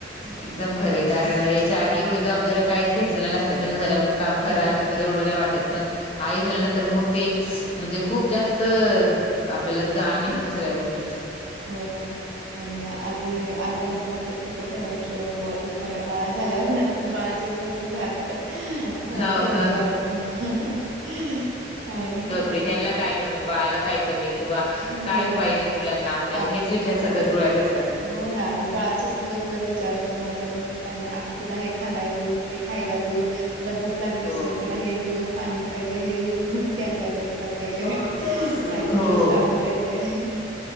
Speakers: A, on the left; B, on the right.
A: एकदम खरे कारण याच्या आधी एवढ्या जबाबदऱ्या काहीच घेतलेल्या नसतात लग्न झालेव. मग काम
B: हो,
A: करा न करा. एवढ नाही वाटत पण आई झाल्यानंतर मग ते म्हणजे खूप जास्त. आपल्याला जाणीव होते सगळ्या गोष्टीची.
B: हो ना आणि आधी आधी आपण. आपले फोटो ठेवायच वॉलपेपरला बाळा झाल्यावर नंतर बाळाचेच मस्त सारखं. होय
A: हो
B: ठेवतोय
A: हो
B: आपण आणि.
A: रिजन ला काय कमी बाळाला. काय कमी किंवा
B: हो.
A: काय पाहिजे मुलांना आपल्याला
B: आप
A: हेच विचार
B: हो.
A: सतत डोळ्यात असतात.
B: हो ना आणि बाळाचाच दिवसभर विचार असते मला तर मी काय नाही आदितीला हे खालाय देऊ. ते खायला देऊ तिला भूक लागली असेल
A: हो
B: तिला हे देऊ पाणी पाहिजे हे हे हे. प्यायला द्यायला पाहिजे
A: हो
B: काय तर ज्यूस काढून देते.